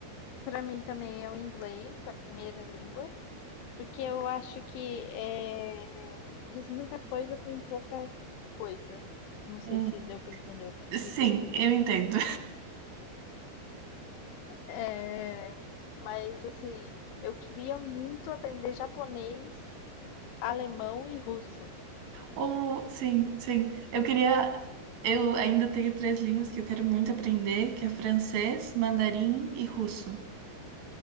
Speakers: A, on the left; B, on the right.
A: Para mim também é o inglês, a primeira língua. Porque eu acho que eh, diz muita coisa com pouca coisa. Não sei
B: Hum.
A: se deu para entender o que eu quis
B: Sim,
A: dizer.
B: eu entendo.
A: Eh, mas assim, eu queria muito aprender japonês, alemão e russo.
B: Oh, sim, sim. Eu queria. Eu ainda tenho três línguas que eu quero muito aprender, que é francês, mandarim e russo.